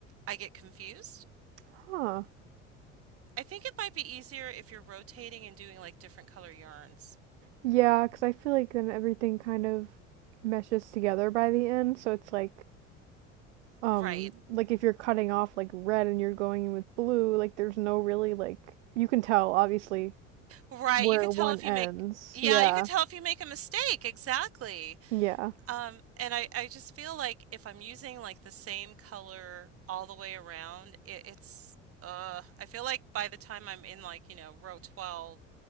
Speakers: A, on the right (about 35°); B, on the right (about 65°).
A: I get confused.
B: Huh.
A: I think it might be easier if you're rotating and doing like different color yarns.
B: Yeah, because I feel like then everything kind of meshes together by the end, so it's like, um,
A: Right.
B: like if you're cutting off like red and you're going in with blue, like there's no really like you can tell obviously
A: Right,
B: where
A: you can tell
B: one
A: if
B: ends.
A: you make yeah,
B: Yeah.
A: you could tell if you make a mistake, exactly.
B: Yeah.
A: Um, and I, I just feel like if I'm using like the same color all the way around, it, it's uh I feel like by the time I'm in like, you know, row 12,